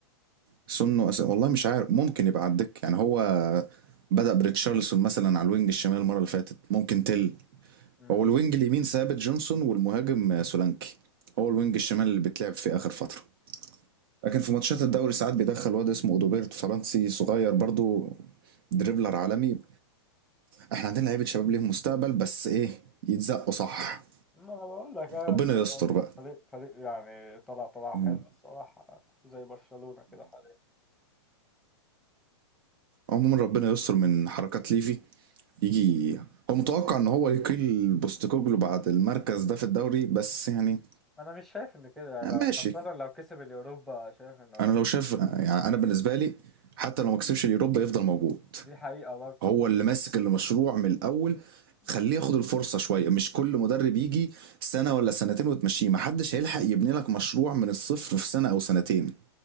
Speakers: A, on the right (about 50°); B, in the centre.
A: سنه أس... والله مش عارف ممكن يبقى على الدكة يعني هو بدأ بريتشارلسون مثلا على الوينج الشمال المرة اللي فاتت ممكن تل
B: امم
A: هو الوينج اليمين ثابت جونسون والمهاجم آه، سولانكي هو الوينج الشمال اللي بتلعب في آخر فترة لكن في ماتشات الدوري ساعات بيدخل واد اسمه اودوبيرت فرنسي صغير برضو دريبلر عالمي احنا عندنا لعيبة شباب ليهم مستقبل بس ايه يتزقوا صح
B: ما انا بقول لك ايوه
A: ربنا
B: طبعاً.
A: يستر بقى
B: فريق فريق يعني طلع طلع حلو
A: آه.
B: الصراحه زي برشلونه كده حاليا
A: عموما ربنا يستر من حركات ليفي يجي هو متوقع ان هو يقيل بوستكوجلو بعد المركز ده في الدوري بس يعني
B: انا مش شايف ان كده لو
A: ماشي
B: خاصه لو كسب اليوروبا شايف انه
A: انا لو شاف يعني انا بالنسبه لي حتى لو ما كسبش اليوروبا يفضل موجود
B: دي حقيقه
A: هو اللي ماسك المشروع من الاول
B: برضه
A: خليه ياخد الفرصه شويه مش كل مدرب يجي سنه ولا سنتين وتمشيه ما حدش هيلحق يبني لك مشروع من الصفر في سنه او سنتين